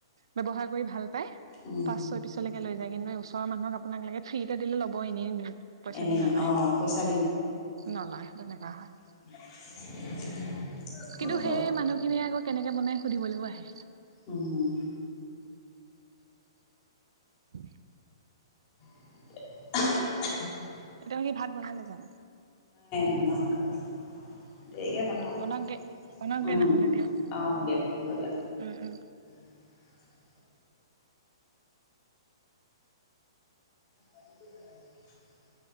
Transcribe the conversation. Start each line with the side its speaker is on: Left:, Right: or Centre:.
Right: ব্যৱহাৰ কৰি ভাল পাই
Left: উম
Right: পাঁচ ছয় পিছলৈকে লৈ যায় কিন্তু ওচৰৰ মানুক আপোনাক লাগে ফ্ৰীতে দিলে'ব এনেই পইচা
Left: এনেই
Right: দি
Left: ন
Right: নলয়
Left: অ পইচা
Right: নলয় তেনেকুৱা হয়
Left: কি
Right: কিন্তু সেই মানুহখিনিয়ে আকৌ কেনেকে বনাই সুধিবলৈও আহে
Left: উম
Right: উ
Left: <unintelligible>
Right: এটো মে কি ভাত বনালে জানো
Left: সাম আ আৰু দেৰিকে বনাওঁ অলপ
Right: বনাওকগে বনাওকগে
Left: উম
Right: নহ'লে দিয়ক
Left: অ দিয়া হ'ব দিয়া
Right: উম উম
Left: <unintelligible> <unintelligible>